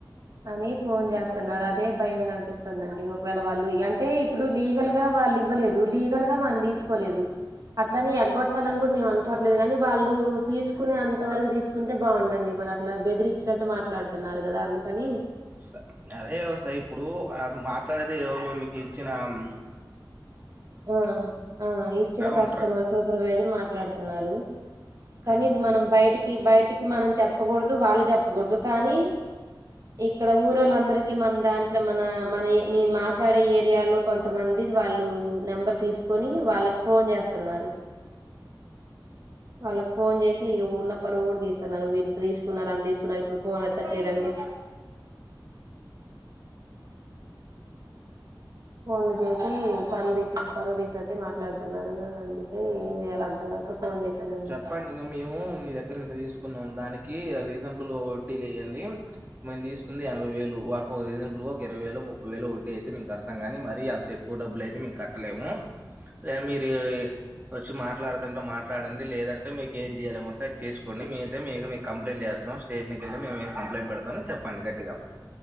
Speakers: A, on the right (about 45°); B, on the right (about 20°).
A: అని ఫోన్ చేస్తున్నారు అదే భయం గ కనిపిస్తుందండి. ఒకవేళ వాళ్ళు అంటే ఇప్పుడు లీగల్ గా వాళ్ళు ఇవ్వలేదు, లీగల్ గా మనం తీసుకోలేదు అట్లని ఎగ్గొట్టాలని కూడా మేము అనుకోవట్లేదు, కాని వాళ్ళు తీసుకునే అంత వరకు తీసుకుంటే బాగుండండి. మరి అట్లా బెదిరించినట్టు మాట్లాడుతున్నారు కదా అందుక్ పని
B: స అవే వస్తాయ్ ఇప్పుడు అది మాట్లాడేది ఎవరు మీకు ఇచ్చిన మ్మ్
A: ఆ ఆ ఇచ్చిన కస్టమర్
B: ఉంటారు కదా
A: సూపర్వైజర్ మాట్లాడుతున్నారు. కానీ
B: హ్మ్.
A: ఇది మనం బయటికి బయటికి మనం చెప్ చెప్పకూడదు వాళ్ళు చెప్పకూడదు కానీ ఇక్కడ ఊరోళ్ళందరికి మన దాంట్లో మన మన నేను మాట్లాడే ఏరియాలో కొంతమంది వాళ్ళు నెంబర్ తీసుకొని వాళ్ళకి ఫోన్ చేస్తున్నారు, వాళ్ళకు ఫోన్ చేసి ఇక ఉన్న పరువు కూడా తీస్తున్నారు, వెళ్ళు ఇంత తీసుకున్నారు అంత తీసుకున్నారు ఇప్పుడు ఫోన్ ఎత్తట్లేదండి. ఫోన్లు చేసి పరువు తీసి పరువు తీసినట్టే మాట్లాడుతున్నారు అందుకే ఏం చేయాలి అర్ధం కాక ఫోన్ చేశానండి
B: చెప్పండి ఇంక మేము మీ దగ్గర ఇంత తీసుకున్నాం దానికి రీజనబుల్ వడ్డీ లేయండి, మేము తీసుకు ఎనభై వేలు వాటి ఒక రీజనబుల్ ఒక ఇరవై వేలో ముప్పై వేలో వడ్డీ అయితే మే కడతాం కాని మరీ అంత ఎక్కువ డబ్బులు అయితే మేం కట్టలేము మేం మీరు వచ్చి మాట్లాడుతంటె మాట్లాడండి లేదంటే మీకు ఏం చేయాలనుకుంటే అది చేసుకోండి మేం ఐతే మీకు మీ మీద కంప్లైంట్ చేస్తున్నాం స్టేషన్ కిల్లి మేం కంప్లంట్ పెడతామ్ చెప్పండి గట్టిగా